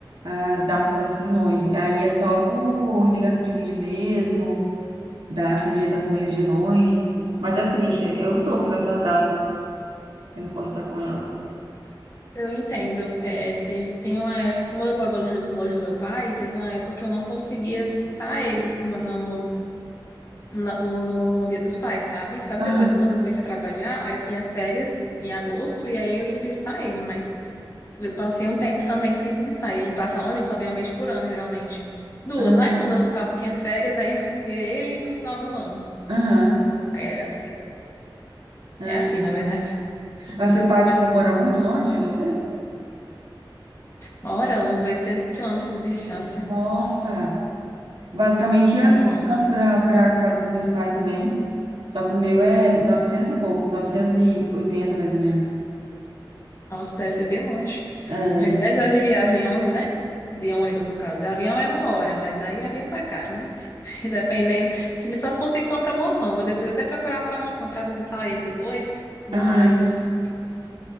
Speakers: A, on the right; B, on the left.
A: as datas assim longe. Aí é só por ligação de vídeo mesmo, da filha das mães de longe. Mas é triste, eu sofro nessas datas. Eu não posso estar com ela.
B: Eu entendo. É, teve, tem uma época, como eu moro longe longe do meu pai, teve uma época que eu não conseguia visitar ele no, no, na- no, no Dia dos Pais, sabe? Só
A: Aham,
B: que depois, quando eu comecei a trabalhar, aí eu tinha férias em agosto e aí eu ia visitar ele, mas eu passei um tempo também sem visitar. E ele passa onde? Ele só vem uma vez por ano, geralmente. Duas,
A: aham,
B: né? Quando eu tava, tinha férias, aí <laughs> eu via ele no final do ano.
A: aham.
B: Aí era assim.
A: Ai.
B: É assim, na verdade.
A: Mas seu pai, tipo, mora muito longe de você?
B: Uma hora, uns 800 quilômetros de distância.
A: Nossa! Basicamente
B: É
A: é
B: bem
A: a minha
B: longe.
A: distância para para casa dos meus pais também. Só que o meu é 900 e pouco, 980 mais ou menos.
B: Nossa, deve ser bem longe.
A: É.
B: Umas 10 horas de viagem, 11, né? De ônibus, no caso. De avião é uma hora, mas aí avião tá caro, né? <laughs> Dependendo. Se só se conseguir com a promoção. Vou depois até procurar a promoção para visitar ele depois. Mas,
A: Aham.